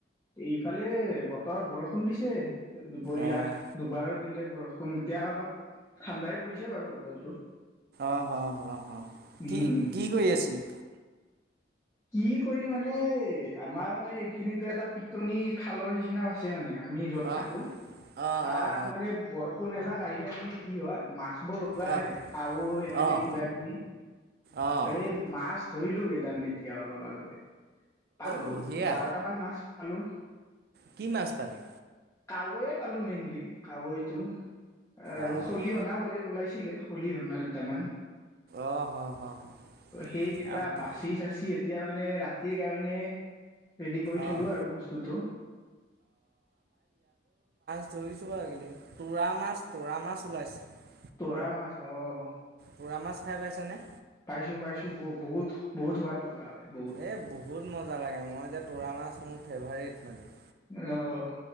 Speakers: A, on the left; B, on the right.
A: এইফালে বতৰ বৰষুণ দিছে দুপৰীয়া
B: অ',
A: দুবাৰো দিলে। বৰষুণ এতিয়া অলপ ঠাণ্ডাই পৰিছে বাৰু বতৰটো।
B: আহ হ হ হ
A: উম।
B: কি কি কৰি আছিলি?
A: কি কৰি মানে আমাৰ মানে এইখিনিতো এটা পিটনি খালৰ নিচিনা আছে মানে। আমি য'ত
B: অ',
A: থাকো
B: অ',
A: তাত
B: অ', অ',
A: মানে বৰষু এযাক আহিলে মানে কি হয় মাছ বোৰ ওলাই
B: অ',
A: আহে কাৱৈ এনেকে
B: অ',
A: কিবা কিবি।
B: অ', অ',
A: এই মাছ ধৰিলো কেইটামানে এতিয়া অলপ আগতে। পালো
B: বঢ়িয়া,
A: বাৰটামান মাছ পালো।
B: কি মাছ পালি।
A: কাৱৈয়ে পালো মেইনলি কাৱৈতটো আৰু
B: অ',
A: খলিহনা ওল ওলাইছে। খলিহনা দুটামান
B: অ', হ', হ', হ',
A: সেই কিতা
B: আম অ',
A: চাচি কি এতিয়া মানে ৰাতিৰ কাৰণে ৰেডি কৰি থলোঁ
B: অ',
A: আৰু বস্তুটো।
B: ৰিছো তোৰা মাছ তোৰা মাছ ওলাইছে।
A: তৰা মাছ অ'।
B: তৰা মাছ খাই পাইছেনে?
A: পাইছো পাইছো ব বহুত বহুত সোৱাদ লগা হয়। বহুত
B: এই বহুত মজা লাগে মই যে তৰা মাছ মোৰ ফেভাৰট মানে।
A: আহ